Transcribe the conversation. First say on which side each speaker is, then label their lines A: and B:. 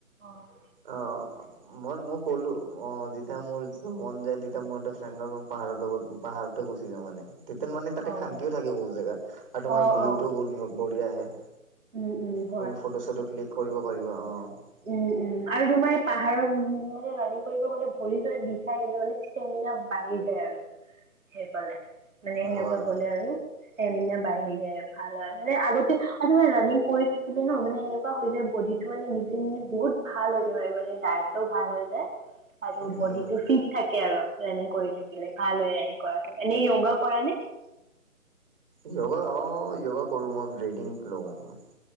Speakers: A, on the right (about 60°); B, on the right (about 40°).
A: অঁ! <unintelligible>
B: অঁ! <unintelligible> মই-মই ক'লোঁ। অঁ! যেতিয়া মোৰ যেতিয়া মন যায়, তেতিয়া মোৰ এটা ফ্ৰেণ্ডৰ পাহাৰৰ লগত পাহাৰতে গুচি যাওঁ মানে। <unintelligible> <unintelligible> তেতিয়া মানে তাতে
A: অ',
B: শান্তিও থাকে বহুত জেগাত আৰু তোমাৰ
A: অ',
B: ভিউটোও বহুত বঢ়িয়া আহে। <inaudible>
A: উম-উম। <unintelligible>
B: তুমি ফটো-চটো ক্লিক কৰিব পাৰিবা। অঁ! <unintelligible>
A: উম-উম আৰু তোমাৰ পাহাৰৰ মানে ৰানিং কৰিব গলে ভৰি-চৰি বিষাই কিন্তু মানে। <unintelligible> ষ্টেমিনা বাঢ়ি যায় আৰু সেইফালে মানে সেনেকুৱা
B: হয়,
A: গলে আৰু। <unintelligible> ষ্টেমিনা বাঢ়ি যায়, ভাল হয় মানে আগতে আৰু তোমাৰ ৰানিং কৰি থাকিলে ন মানে <unintelligible> হৈ যায় বডিটো মানে নিজ <unintelligible> বহুত ভাল হৈ যায় <unintelligible> ডায়েটটো ভাল হৈ যায় আৰু
B: উম।
A: বডিটো ফিট <unintelligible> থাকে আৰু ৰানিং কৰি থাকিলে ভাল হয় ৰানিং কৰাটো। এনেই য়োগা কৰা নে? <unintelligible>
B: য়োগা অঁ য়োগা কৰোঁ মই ব্ৰেডিং লওঁ। <unintelligible>